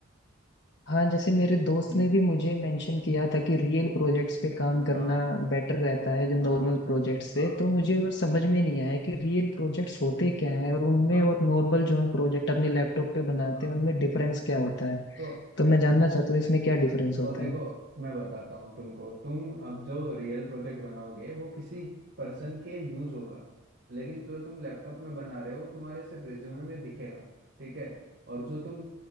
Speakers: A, on the left; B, on the right.
A: हाँ जैसे मेरे दोस्त
B: हम्म
A: ने भी मुझे मेंशन किया था कि रियल प्रोजेक्ट्स पे काम करना
B: हाँ
A: बेटर रहता है जो नॉर्मल
B: हाँ
A: प्रोजेक्ट्स से
B: हाँ
A: तो मुझे वो समझ में नहीं आया कि रियल प्रोजेक्ट्स होते क्या हैं और उनमें
B: हाँ
A: और नॉर्मल जो हम प्रोजेक्ट अपने लैपटॉप पे बनाते
B: हाँ हाँ
A: हैं उनमें डिफरेंस क्या होता है
B: तो
A: तो मैं जानना चाहता हूँ इसमें क्या डिफरेंस होता
B: और देखो मैं बताता हूँ तुमको तुम अब जो रियल प्रोजेक्ट बनाओगे वो किसी पर्सन के यूज होगा लेकिन जो तुम लैपटॉप में बना रहे हो वो तुम्हारे सिर्फ रिज्यूमे में दिखेगा ठीक है और जो तुम